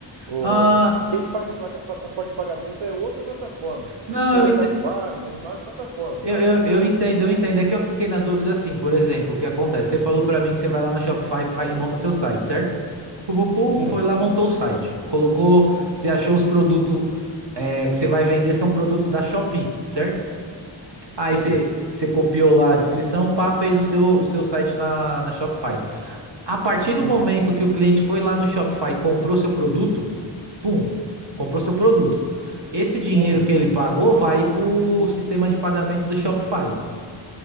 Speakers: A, on the right; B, on the right.
A: O,
B: Ah,
A: quem que faz a placa- plataforma de pagamento é outra plataforma.
B: não,
A: Tem
B: eu,
A: Mercado
B: ente-
A: Pago, tem várias plataformas,
B: eu,
A: sabe?
B: eu, eu entendo, eu entendo. É que eu fiquei na dúvida assim, por exemplo, o que acontece? Você falou para mim que você vai lá na Shopify e fa- e monta seu site, certo? Pupupu,
A: Sim,
B: foi lá, montou o site. Colocou, você achou os produtos é, que você vai vender são produtos da Shopee, certo? Aí
A: sim,
B: você você copiou lá a descrição, pá, fez o seu, o seu site na, na Shopify. A partir do
A: sim,
B: momento que o cliente foi lá no Shopify e comprou seu produto, pum, comprou seu produto. Esse dinheiro
A: sim,
B: que
A: sim.
B: ele pagou vai para o sistema de pagamento do Shopify.